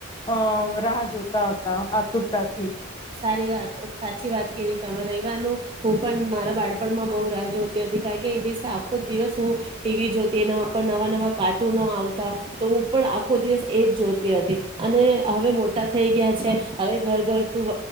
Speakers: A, on the left (about 20°); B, on the right (about 25°).
A: અ રાહ જોતા હતા. તૂતાથી.
B: સારી વાત સાચી વાત કી તમે રવવારનું હું, પણ મારા બાળપણમાં બઉુ રાહ જોતી હતી કારણ કે, એ દિવસે આખો જ દિવસ હું ટીવી જોતી એના ઉપર નવા નવા કાર્ટૂનો આવતા તો હું, પણ આખો દિવસ એજ જોતી હતી અને હવે મોટા થઈ ગયા છે, હવે ઘર ઘર. મતલબ